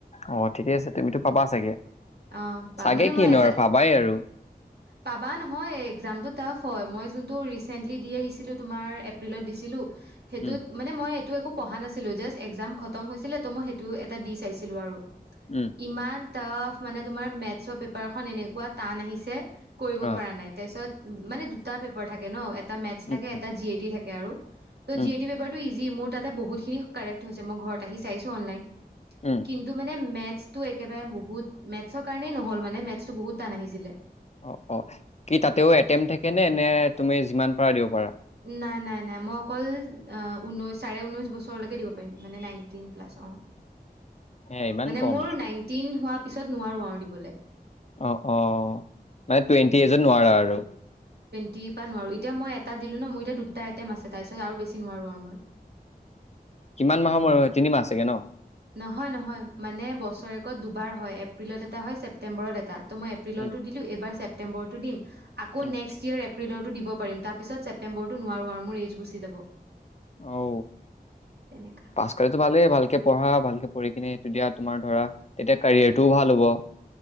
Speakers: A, on the left; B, on the right.
A: অ ঠিকে আছে তুমিতো পাবা চাগে
B: অ পাম
A: চাগে
B: মানে
A: কিনো
B: মই এজা
A: আৰু ভাবাই আৰু অ
B: পাবা নহয় একজাম টাফ হয় মই যোন ৰিচেন্লি দি আহিছিলো তোমাৰ এপ্ৰিলত দিছিলো। সেইটোত
A: উম,
B: মানে মই এইটো পঢ়া নাছিলো জাষ্ট এক্জাম খতম হৈছিলে ত মই সেইটো এটা দি চাইছিলো আৰু
A: উম,
B: ইমান ফ মানে তুমাৰ মেথছৰ পেপাৰখন এনেকুৱা টান আহিছে কৰিব
A: অ',
B: পৰা নাই তাৰপিছত উ মানে দুটা পেপাৰ থাকে ন এ মেচ্
A: উম,
B: থাকে
A: উম,
B: এটা জি এ টি থাকে। তাকে আৰু ত
A: উম,
B: জিএ টি পেপাৰটো ইজি যি মোৰ তাতে বহুতখিনি কাৰেক্ট হৈছে মই ঘৰত আহি চাইছো অনলাইন
A: উম,
B: কিন্তু মানে মেচ্ মটো একেবাৰে বহুত মেথছৰ কাৰণেই নহল মানে মেথছো বহুত টান আহিছিলে।
A: অ অ কি তাতেও এটেম থাকে নে নে তুমি যিমান পাৰা দিব পাৰা
B: নাই নাই নাই মই অকল ঊনৈশ চাৰে ঊনৈশ বছৰলৈকে দিব পাৰিম মানে নাইনটিন প্লাছ অ
A: হে ইমান
B: মানে
A: কম।
B: মোৰ নাইনটিন হোৱা পিছত নোৱাৰো আৰু দিবলৈ-
A: অ অ মানে টুৱেণ্টি এজনত নোৱাৰা আৰু
B: দিবা নোৱাৰো এতিয়া মই এটা দিলো ন মোৰ এতিয়া দুটা আইটেম আছে তাৰপিছত আৰু বেছি নোৱাৰো আৰু মই
A: কিমান মাহৰ ম তিনি মাহ চাগে ন
B: নহয় নহয় মানে বছৰেকত দুবাৰ হয় এপ্ৰিলত এটা হয় ছেপ্তেম্বৰত এটা ত মই এপ্ৰিলতো
A: উম,
B: দিলো এইবাৰ ছেপটেম্বৰটো দিম আকৌ
A: উম।
B: নেক্স ইয়েৰ এপ্ৰিলৰতো দিব পাৰিম তাৰপিছত ছেপ্টেম্বৰটো নোৱাৰোঁ আৰু মোৰ এইজ গুচি যাব
A: অ
B: তেনেকা
A: পাছ কৰিলেতো ভালেই ভালকে পঢ়া ভালকে পঢ়ি কিনে সেইটো দিয়া তোমাৰ ধৰা তেতিয়া কেৰিয়াৰটোও ভাল হ'ব